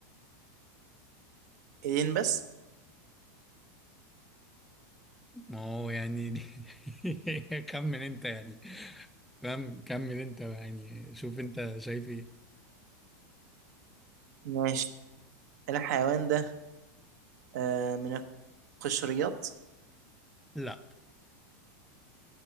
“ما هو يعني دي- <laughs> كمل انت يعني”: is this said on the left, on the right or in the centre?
Centre